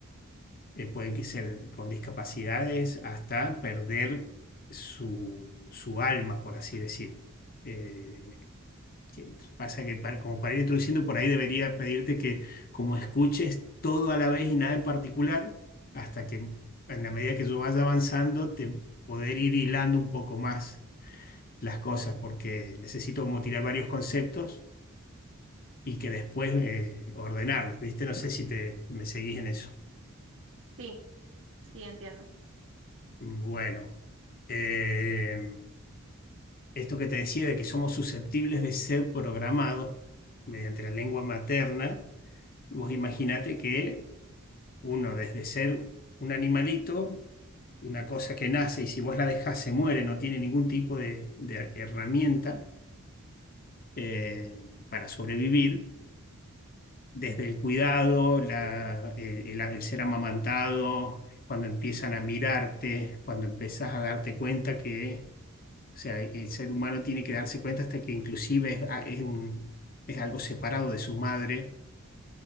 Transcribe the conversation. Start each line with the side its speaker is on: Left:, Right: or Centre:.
Left: eh, pueden que ser con discapacidades hasta perder su, su alma, por así decir. Eh, que pasa que para, como para ir introduciendo por ahí debería pedirte que como escuches todo a la vez y nada en particular, hasta que en la medida que yo vaya avanzando, te poder ir hilando un poco más las cosas, porque necesito como tirar varios conceptos y que después eh, ordenarlos, ¿viste? No sé si te, me seguís en eso.
Right: sí, sí, entiendo.
Left: Bueno, eh, esto que te decía de que somos susceptibles de ser programados mediante la lengua materna, vos imaginate que uno desde ser un animalito, una cosa que nace y si vos la dejás se muere, no tiene ningún tipo de, de herramienta eh, para sobrevivir, desde el cuidado, la- eh, el, el ser amamantado, cuando empiezan a mirarte, cuando empezás a darte cuenta que, o sea, el ser humano tiene que darse cuenta hasta que inclusive es, ah, es un- es algo separado de su madre